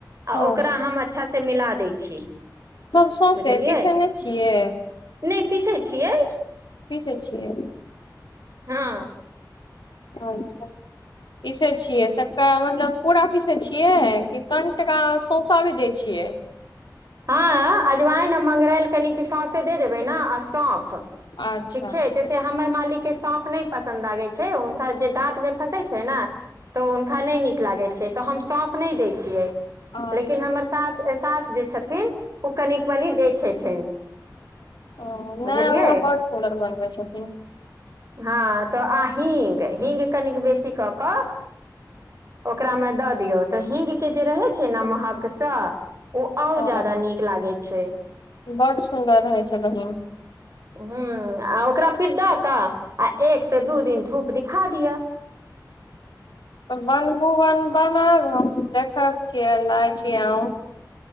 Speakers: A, on the right; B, on the left.
A: आ
B: हँ
A: ओकरा हम अच्छा से मिला दै छी
B: सब सौसे
A: बुझलियै
B: पीसे नहि छियै
A: नहि पीसै छियै
B: पिसै छियै
A: हँ
B: अच्छा पीसे छियै तब त मतलब पूरा पीसे छियै कि कनि टका सौसा भी दै छियै
A: हँ अजवाइन आ मंगरैल कनिक सौसे दे देबै न आ सौफ
B: अच्छा
A: ठीक छै जैसे हमर माल लिकके साँफ नै पसन्द लागे छै हुनका जे दाँत मे फसे छै न त उनका नहि निक लागे छै छै त हम सौंफ नहि दै छियै
B: अच्छा
A: लेकिन हमर सात सास जे छथिन ओ कनिक मनिक दै छथिन
B: ओ
A: बुझलियै
B: नहि वहाँ बड सुन्दर बनबै छथिन
A: हँ त आ हींग हींग कनिक बेसी क क ओकरामे द दियौ त हींगके जे रहै छै न महकस ओ आऊ
B: ह
A: जादा नीक लागै छै
B: बड सुन्दर रहै छै बहिन
A: ह आ ओकरा फिर द क आ एक से दू दिन धूप दिखा दिया
B: त बनबुवन बनब हम देखै छियै लै छि हम